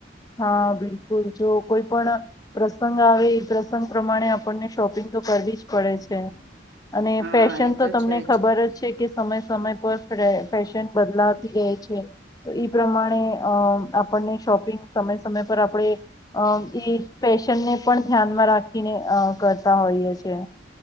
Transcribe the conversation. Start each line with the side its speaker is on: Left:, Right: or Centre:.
Left: હા, બિલકુલ જો કોઈ પણ પ્રસંગ આવે એ પ્રસંગ પ્રમાણે આપણને શોપિંગ તો કરવી જ પડે છે અને
Right: હા
Left: ફેશન
Right: એ
Left: તો તમને
Right: છે
Left: ખબર જ છે કે સમય સમય પર ફે-ફેશન બદલાતી રહે છે. તો એ પ્રમાણે આપણને શોપિંગ સમય સમય પર આપણે અ-એ ફેશનને પણ ધ્યાનમાં રાખીને કરતા હોઈએ છેએ.